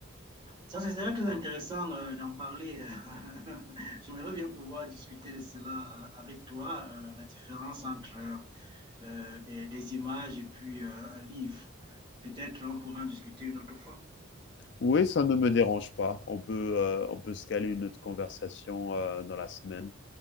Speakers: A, on the right; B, on the left.
A: Ça, c'est serait très intéressant euh, d'en parler. <laughs> J'aimerais bien pouvoir discuter de cela euh, avec toi, euh, la différence entre euh, euh, des, des images et puis euh, un livre. Peut-être on pourra en discuter une autre fois.
B: Oui, ça ne me dérange pas. On peut, euh, on peut se caler une autre conversation euh, dans la semaine.